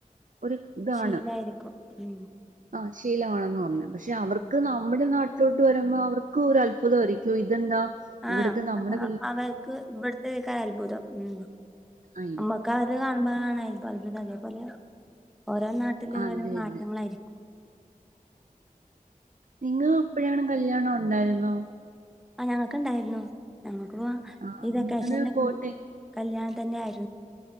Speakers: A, on the right; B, in the centre.
A: ഒരു താണ്
B: ശീലായിരിക്കും ഉം
A: ആ ശീലമാണെന്ന് പറഞ്ഞു പക്ഷെ അവർക്ക്
B: ഉം
A: നമ്മുടെ നാ ലോട്ട് വരുമ്പോ അവർക്ക് ഒരു അത്ഭുതമായിയിരിക്കും ഇതെന്താ ഇവിട്ത്തെ
B: ആഹ്
A: നമ്മ്ടെ
B: അപ്പ അവർക്ക് ഇവിടത്തെക്കാ അത്ഭുതം ഉം
A: ആയി
B: അമ്മക്ക് അവര് കാണുമ്പ ണ് അത്ഭുതം അതെപോലെ ഓരോ നാട്ടിലും
A: അതെന്നെ
B: ഓരോ മാറ്റങ്ങളായിരിക്കും
A: നിങ്ങളുപ്പോഴയാണ് കല്യാണാെ ണ്ടായിര്ന്നോ
B: ആ ഞങ്ങൾക്ക്ണ്ടായിരുന്നു ഞങ്ങൾ അ
A: ആഹ്
B: ഇതൊക്കെശന്റെ
A: നിങ്ങള് പോട്ടെ
B: കല്യാണം തന്നെ ആയി